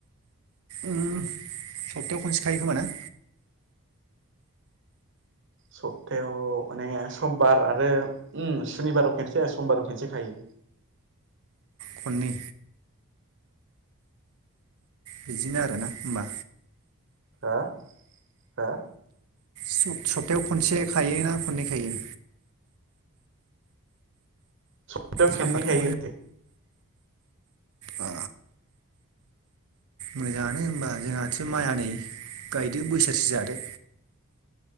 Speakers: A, on the right; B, on the right.
A: उम सप्थायाव खनसे खायो खोमा ना?
B: सप्तायाव माने समबार आरो उम सुनिबाराव खनसे समबाराव खनसे खायो।
A: खननै। बिदिनो आरोना होमबा?
B: हो हो।
A: स'-सप्थायायाव खनसे खायोना खननै खायो?
B: सप्टायाव
A: सापातखौ
B: खेेननै खायो।
A: अ मोजाङानो होनबा जोंहासो माइआ नै गायदो बोसोरसे जादो।